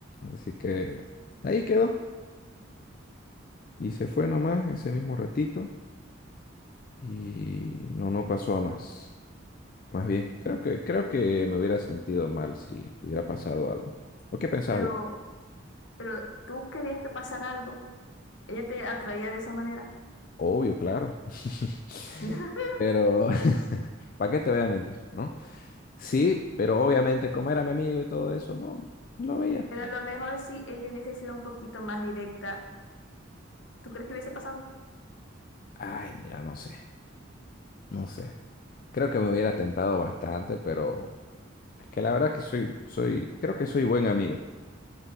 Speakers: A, on the left; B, on the left.
A: Así que ahí quedó. Y se fue nomás ese mismo ratito. Y no, no pasó a más. Más bien, creo que, creo que me hubiera sentido mal si hubiera pasado algo. ¿O qué pensabas
B: Pero,
A: vos?
B: pero tú querías que pasara algo. Ella te atraía de esa manera.
A: Obvio, claro. <laughs>
B: <laughs>
A: Pero, <laughs> ¿para qué te voy a mentir, no? Sí, pero obviamente, como era mi amigo y todo eso, no, no lo veía.
B: Pero a lo mejor si ella hubiese sido un poquito más directa, ¿tú crees que hubiese pasado?
A: Ay, mira, no sé, no sé. Creo que me hubiera tentado bastante, pero es que la verdad que soy, soy, creo que soy buen amigo.